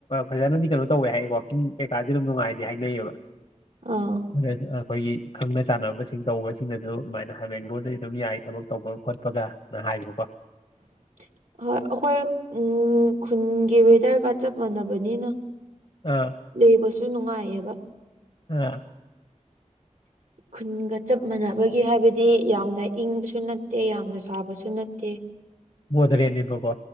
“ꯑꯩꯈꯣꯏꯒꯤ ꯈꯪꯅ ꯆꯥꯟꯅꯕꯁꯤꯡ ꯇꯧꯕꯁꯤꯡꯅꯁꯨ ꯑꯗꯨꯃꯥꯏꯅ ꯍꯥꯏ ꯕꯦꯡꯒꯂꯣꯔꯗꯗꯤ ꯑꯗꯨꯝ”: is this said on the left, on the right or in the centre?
Left